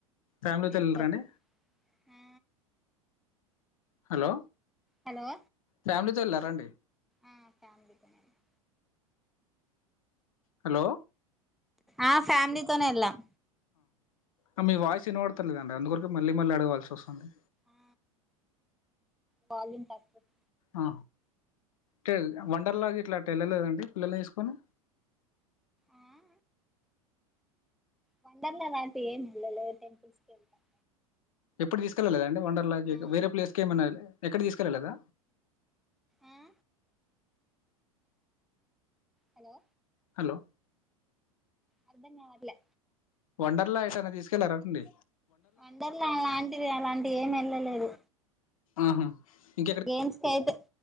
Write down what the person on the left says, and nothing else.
ఫ్యామిలీతో
వెళ్ళరాండి
హలో
ఫ్యామిలీతో వెళ్ళారండి
హలో
ఆ మీ వాయిస్ విన్వడతలేదండి అందుకోసం మళ్ళీ మళ్ళీ అడగవల్సి వస్తుంది
ఆ టెల్ వండర్లాకి ఇట్లా వెళ్ళలేదండి పిల్లల్ని వేసుకొని
ఎప్పుడు తీసుకెళ్లేదండి వండర్లా కి
వేరే ప్లేస్కి ఏమైనా ఎక్కడ తీసుకెళ్లేదా
హలో
వండర్ లా ఎటైనా తీసుకెళ్లరాండి
ఆహా ఇ